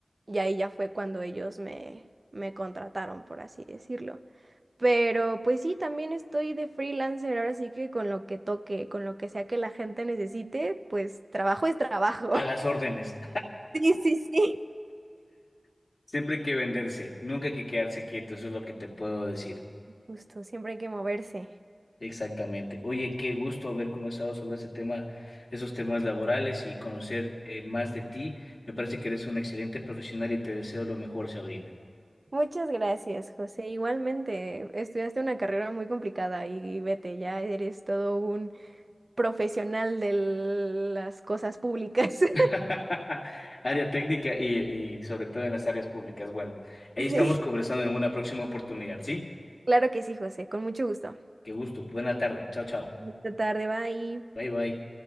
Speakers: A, on the right; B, on the left.
A: Y ahí ya fue cuando ellos me, me contrataron, por así decirlo. Pero pues sí, también estoy de freelancer, ahora sí que con lo que toque, con lo que sea que la gente necesite, pues trabajo es trabajo. <laughs>
B: A las órdenes.
A: Sí, sí, sí.
B: <laughs> Siempre hay que venderse, nunca hay que quedarse quieto, eso es lo que te puedo decir.
A: Justo, siempre hay que moverse.
B: Exactamente. Oye, qué gusto haber conversado sobre ese tema, esos temas laborales y conocer eh, más de ti. Me parece que eres un excelente profesional y te deseo lo mejor, Sabrina.
A: Muchas gracias, José. Igualmente, estudiaste una carrera muy complicada y vete, ya eres todo un profesional de las cosas públicas. <laughs>
B: <laughs> Área técnica y, y sobre todo en las áreas públicas. Bueno, ahí
A: Sí.
B: estamos conversando en una próxima oportunidad, ¿sí?
A: Claro que sí, José, con mucho gusto.
B: Qué gusto. Buena tarde. Chao, chao.
A: Esta tarde, bye.
B: Bye, bye.